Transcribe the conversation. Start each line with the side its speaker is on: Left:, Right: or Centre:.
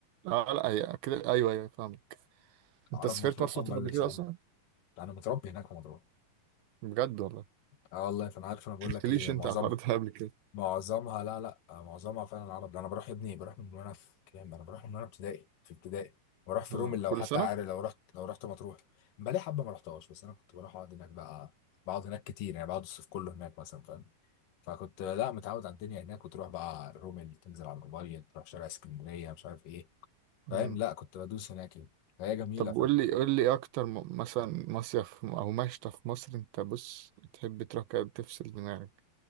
Right: اه لا هي كده ايوه ايوه فاهمك
Left: عرب
Right: انت سافرت
Left: مطروح
Right: مرسى
Left: هم
Right: مطروح
Left: اللي
Right: قبل كده
Left: سايقين
Right: اصلا
Left: ده انا متربي هناك في مضرات
Right: بجد والله
Left: اه والله فانا عارف انا بقول
Right: ما قلتليش
Left: لك ايه
Right: انت
Left: معظمها
Right: على الحوار ده قبل كده
Left: معظمها لا لا معظمها فعلا العرب ده انا بروح يا ابني بروح من وانا في كام انا بروح من وانا ابتدائي في ابتدائي بروح في
Right: آه.
Left: رومل لو
Right: كل
Left: حتى
Right: سنه
Left: عارف لو رحت لو رحت مطروح بقالي حبه ما رحتهاش بس انا كنت بروح اقعد هناك بقى بقعد هناك كتير يعني بقعد الصيف كله هناك مثلا فاهم فكنت لا متعود على الدنيا هناك وتروح بقى رومل تنزل على الابيض تروح شارع اسكندريه مش عارف ايه
Right: مم.
Left: فاهم لا كنت بدوس هناك يعني فهي جميله
Right: طب
Left: فاهم
Right: قول لي قول لي إيه اكتر م- مثلا مصيف او مشتى في مصر انت بص تحب تروح كده تفصل دماغك